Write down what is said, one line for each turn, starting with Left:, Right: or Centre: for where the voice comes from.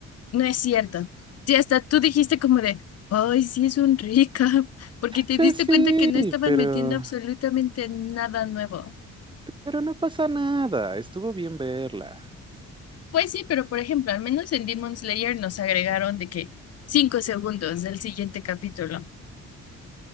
Left: no es cierto. Sí, hasta tú dijiste como de, ay, sí es un recap, porque te
Right: Pues
Left: diste
Right: sí,
Left: cuenta que no estaban
Right: pero...
Left: metiendo absolutamente nada nuevo.
Right: pero no pasa nada, estuvo bien verla.
Left: Pues sí, pero por ejemplo, al menos en Demon Slayer nos agregaron de que cinco segundos del siguiente capítulo.